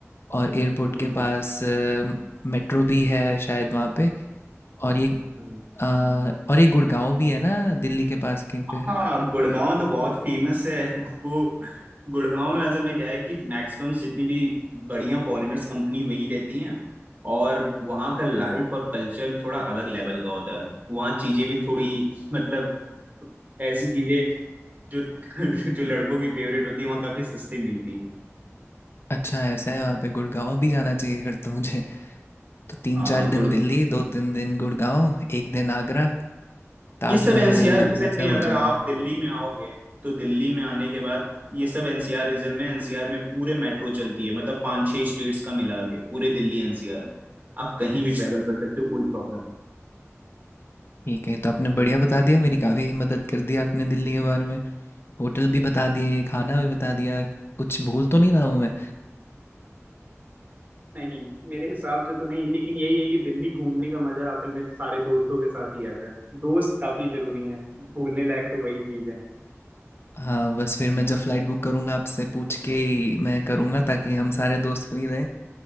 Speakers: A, on the left (about 55°); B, on the right (about 40°).
A: और एयरपोर्ट
B: हम्म,
A: के पास मेट्रो भी है शायद वहाँ पे और ये
B: हम्म,
A: अ, और ये गुड़गांव भी है ना दिल्ली के पास कहीं पे
B: हाँ गुड़गांव तो बहुत फेमस है <laughs> वो गुड़गांव में असल में क्या है कि मैक्सिमम जितनी भी बढ़िया फॉरेनर्स कंपनी वहीं रहती हैं और वहाँ का लाइफ और कल्चर थोड़ा अलग लेवल का होता है वहाँ चीजें भी थोड़ी मतलब ऐसी चीजें जो <laughs> जो लड़कों की फेवरेट होती है वहाँ काफी सस्ती मिलती है
A: अच्छा ऐसा है वहाँ पे गुड़गांव भी जाना चाहिए फिर तो मुझे तो तीन
B: हाँ
A: चार दिन दिल्ली दो तीन दिन गुड़गांव एक दिन आगरा ताजमहल
B: ये सब एनसीआर
A: दिल्ली
B: रीजन
A: सब
B: में अगर
A: हो जाएगा
B: आप दिल्ली में आओगे तो दिल्ली में आने के बाद ये सब एनसीआर रीजन में एनसीआर में पूरे मेट्रो चलती है मतलब पांच छह स्टेट्स का मिला के पूरे दिल्ली एनसीआर में आप कहीं भी ट्रेवल कर सकते हो कोई प्रॉब्लम
A: ठीक है तो आपने बढ़िया बता दिया मेरी काफ़ी ही मदद कर दी आपने दिल्ली के बारे में होटल भी बता दिए खाना भी बता दिया कुछ भूल तो नहीं रहा हूँ मैं
B: नहीं नहीं मेरे हिसाब से तो नहीं लेकिन यही है कि दिल्ली घूमने का मजा असल में सारे दोस्तों के साथ ही आता है दोस्त काफी जरूरी हैं भूलने लायक तो वही चीज है
A: हाँ बस फिर मैं जब फ़्लाइट बुक करूँगा आपसे पूछ के ही मैं करूँगा ताकि हम सारे दोस्त फ्री रहें